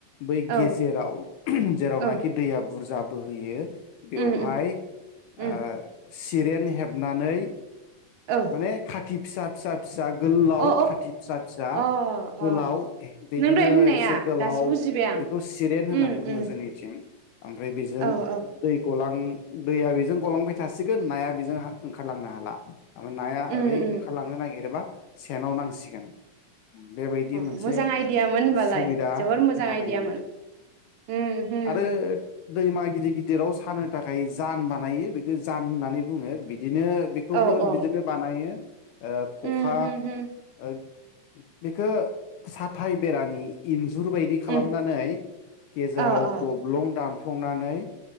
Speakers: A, on the left; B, on the right.
A: बै
B: औ
A: गेजेराव जेरावनाखि
B: औ
A: दैया बुरजा बोहोयो बेवहाय
B: उम उम उम
A: ओ सिरेन हेबनानै
B: औ
A: माने खाथि फिसा-फिसा-फिसा गोलाव
B: अ
A: खाथि फिसा फिसा
B: अ
A: गोलाव
B: अ
A: बिदिनो
B: नों दहाय होननाया
A: एसे गोलाव
B: दासो बुजिबाय आं
A: बेखौ सिरेन होननानै
B: उम
A: बु बुङो
B: उम
A: जोंनिथिं ओमफ्राय बेजों
B: औ औ
A: दै ग उम दैया बेजों गलांबाय थासिगोन नाया बेजों ओंखारलांनो हाला ओ नाया
B: उम
A: ओरै
B: उम
A: ओंखारलांनो नागिरोबा सेनाव नांसिगोन बेबायदि
B: अ
A: मोनसे
B: मोजां आइदियामोन होनबालाय
A: सुबिदा
B: जोबोर मोजां
A: बानायो
B: आइदियामोन उम होम
A: आरो दैमा गिदिर गिदिराव सानो थाखाय जान बानायो बेखौ जान होननानै बुङो बिदि बिदिनो बेखौबो
B: औ औ
A: बिदिनो बानायो ओ खखा
B: उम होम होम
A: ओ बेखो साथाय बेरानि इन जुर बायदि खालामनानै
B: उम
A: गेजेराव
B: अ अ
A: गबलं दानफ्लंनानै